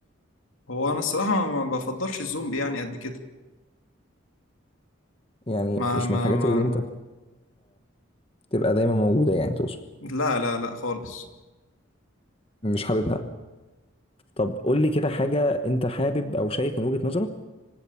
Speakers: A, on the left; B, on the left.
A: هو أنا الصراحة ما ما بفضلش الزومبي يعني قد كده
B: يعني
A: ما
B: مش
A: ما
B: من الحاجات
A: ما
B: اللي انت بتبقى دايما موجودة يعني تقصد
A: لا لا لا خالص
B: مش حاببها طب قول لي كده حاجة أنت حابب أو شايف من وجهة نظرك